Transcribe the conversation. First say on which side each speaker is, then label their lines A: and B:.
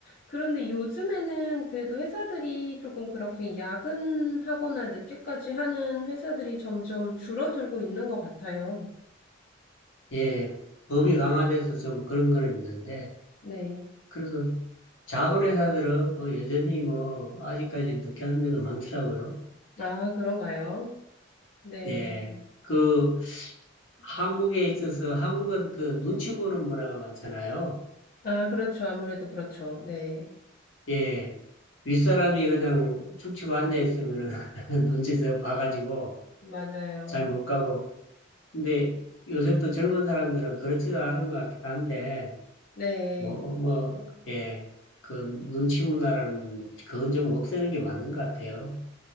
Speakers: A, on the left (about 45°); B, on the left (about 70°).
A: 그런데 요즘에는 그래도 회사들이 조금 그렇게 야근하거나 늦게까지 하는 회사들이 점점 줄어들고 있는 것 같아요.
B: 예. 법이 강화돼서 좀 그런 거는 있는데,
A: 네.
B: 그래도 작은 회사들은 뭐 여전히 뭐 아직까지 늦게 하는 데도 많더라고요.
A: 아, 그런가요? 네.
B: 예. 그 한국에 있어서 한국은 그 눈치 보는 문화가 많잖아요.
A: 아, 그렇죠. 아무래도 그렇죠. 네.
B: 예. 윗사람이 그냥 죽치고 앉아 있으면은 <laughs> 눈치서 봐가지고
A: 맞아요.
B: 잘 못 가고. 근데 요새 또 젊은 사람들은 그렇지도 않은 것 같긴 한데,
A: 네.
B: 뭐, 뭐, 예. 그 눈치 문화라는 그건 좀 없애는 게 맞는 것 같아요.